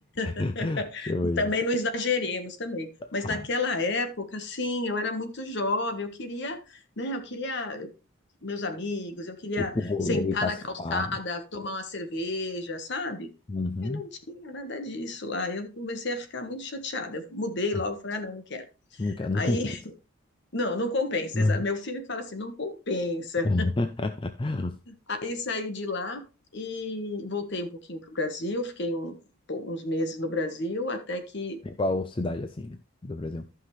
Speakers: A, on the left; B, on the left.
A: <laughs>
B: <laughs> Tipo isso.
A: Também não exageremos também, mas
B: Ah,
A: naquela época, sim, eu era muito jovem, eu queria, né, eu queria eu- meus amigos, eu queria
B: ir pro rolê,
A: sentar
B: pras
A: na calçada,
B: farras.
A: tomar uma cerveja, sabe?
B: Uhum.
A: E não tinha nada disso lá. Eu comecei a ficar muito chateada. Eu mudei
B: Ah,
A: logo, falei, ah, não, não quero.
B: Nunca, não
A: Aí,
B: compensa.
A: <laughs> não, não compensa,
B: Uhum.
A: exato. Meu filho que fala assim, não compensa.
B: <laughs>
A: Aí saí de lá e voltei um pouquinho para o Brasil, fiquei um- uns meses no Brasil, até que
B: Em qual cidade, assim, do Brasil?